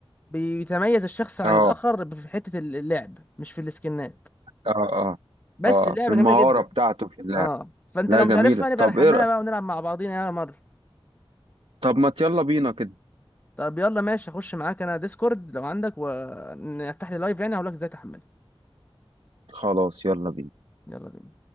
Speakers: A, on the left; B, on the right.
A: بيتميز الشخص عن
B: اه
A: الاخر في حته اللعب مش في السكنات
B: اه اه
A: بس
B: آه،
A: اللعبه
B: في المهارة
A: جميله جدا
B: بتاعته في اللعب
A: اه فانت
B: لا
A: لو
B: جميلة
A: مش عارفها نبقى
B: طب
A: نحملها
B: ايه رأ-
A: بقى ونلعب مع بعضينا يلا مره
B: طب ما يلا بينا كده
A: طب يلا ماشي اخش معاك انا ديسكورد لو عندك ونفتح لي لايف يعني هقول لك ازاي تحملها
B: خلاص يلا بينا
A: يلا بينا